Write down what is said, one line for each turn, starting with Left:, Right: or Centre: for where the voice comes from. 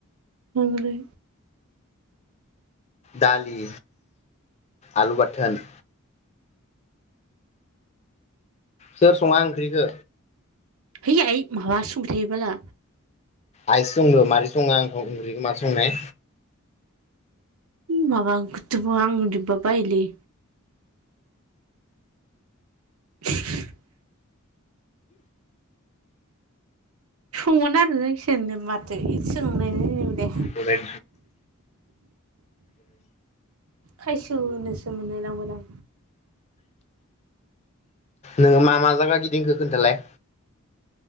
Right: ओंलै
Left: दालि आलु बाथोन सोर सङा ओंख्रिखो
Right: हैै आइ माबा सोंबाय थायो बाला
Left: आइसो संद मारै सङो आंखौ ओंख्रिखौ माथो संनाय
Right: ओय माबा ओंखोथो बुङो आं इदिबा बायोलै <unintelligible> सङो होनना सोंदो माथो इदि सोंलायलायनि दे
Left: खदाय
Right: खायसोनोसो मोनलाय लाङो लां
Left: नोङो मा मा जायगा गिदिंखो खोन्थालाय